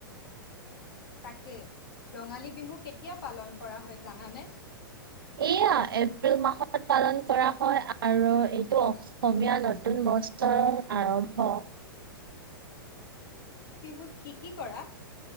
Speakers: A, on the left (about 70°); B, on the right (about 75°).
A: তাকে, ৰঙালী বিহু কেতিয়া পালন কৰা হয় জানা নে?
B: এয়া এপ্ৰিল মাহত পালন কৰা হয়, আৰু এইটো অসমীয়া জাতি নতুন বছৰ আৰম্ভ।
A: তুমি বিহুত কি কি কৰা?